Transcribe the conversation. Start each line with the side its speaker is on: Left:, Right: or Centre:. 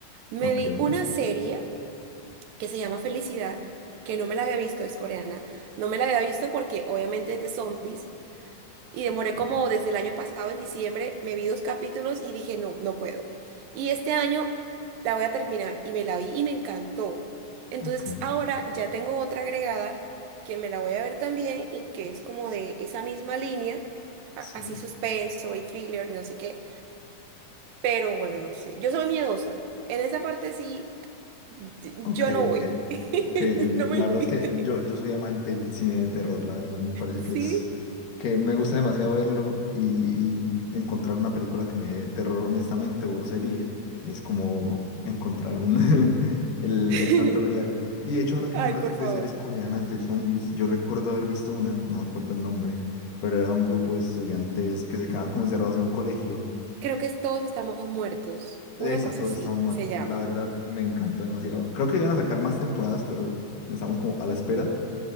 Right: Me
Left: ok.
Right: vi una serie que se llama Felicidad, que no me la había visto, es coreana. No me la había visto porque obviamente es de zombies. Y demoré
Left: Sí.
Right: como desde el año pasado, en diciembre, me vi dos capítulos y dije, no, no puedo. Y este año la voy a terminar y me la vi y me encantó. Entonces
Left: Ok,
Right: ahora ya tengo otra agregada que me la voy a ver también y que es como de esa misma línea, a-
Left: sí.
Right: así suspenso y thriller y no sé qué. Pero bueno, no sé. Yo soy miedosa. En esa parte sí, d-
Left: Ok,
Right: yo no
Left: ok.
Right: voy. <laughs>
Left: Ok, eh,
Right: No
Left: la
Right: me invite.
Left: verdad es que yo, yo soy amante del cine de terror, la verdad, me parece
Right: Sí.
Left: que es que me gusta demasiado verlo y, y encontrar una película que me dé terror honestamente o serie es como encontrar un <laughs> el,
Right: <laughs>
Left: el santo grial. Y de hecho, ahora que
Right: Ay,
Left: nombras
Right: por favor.
Left: de series coreanas de zombies, yo recuerdo haber visto una, no me acuerdo el nombre, pero era un grupo de estudiantes que se quedaban como encerrados en un colegio
Right: Creo que todos estamos muertos. Una
Left: esa,
Right: cosa
Left: todos
Right: así
Left: estamos muertos.
Right: se llama.
Left: La verdad, me encantó demasiado. Creo que iban a sacar más temporadas, pero estamos como a la espera.